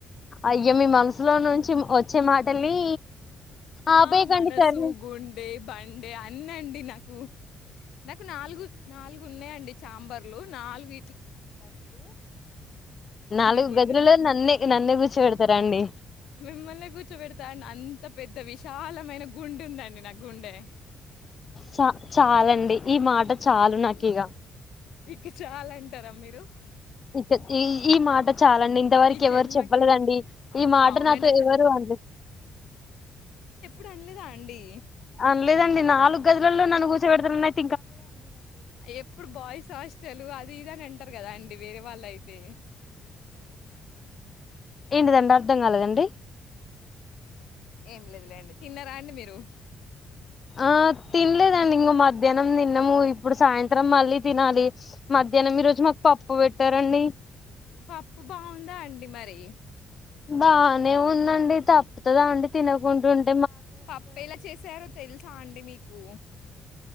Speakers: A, on the left; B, on the left.
A: అయ్యో మీ మనసులో నుంచి వచ్చే మాటల్ని ఆపేయకండి
B: ఆ మనసు
A: సర్లే
B: గుండె బండె అన్నండి నాకు నాకు నాలుగు నాలు ఉన్నాయండి చాంబర్లు నాలుగు
A: నాలుగు
B: నా గుండెల.
A: గదులలో నన్నే నన్నే కూసో పెడతారా అండి
B: మిమ్మల్ని కూర్చోబెడతా అండి అంత పెద్ద విశాలమైన గుండె ఉందండి నా గుండె
A: చ చాలండి ఈ మాట చాలు నాకిగ
B: ఇ ఇక చాలంటారా మీరు
A: ఇంతకి ఈ ఈ మాట చాలండి ఇంతవరకి
B: ఈ
A: ఎవరు
B: జన్మకి.
A: చెప్పలేదండి
B: అ
A: ఈ మాట
B: అవునండి
A: నాతో
B: అసలు.
A: ఎవరు అన్లే
B: టన్లేదా అండి
A: అనలేదండి నాలుగు గదులల్లో నన్న కూర్చోబెడతారన్నాయి
B: ఎప్పుడు బాయ్స్ హాస్టల్ అది ఇది అనన్ టరు కదా అండి వేరే వాళ్ళు అయితే
A: ఏంటిదండి అర్థం కాలేదండి
B: ఏం లేదులేండి తిన్నారా అండి మీరు
A: ఆ తినలేదండి ఇంక మధ్యానం తిన్నము ఇప్పుడు సాయంత్రం మళ్ళీ తినాలి మధ్యానం ఈ రోజు మాకు పప్పు పెట్టారండి
B: పప్పు బావుందా అండి మరి
A: బానే ఉందండి తప్పుతదా అండి తినకుంటుం
B: పప్పు ఎలా చేసారో తెలుసు సా అండి మీకు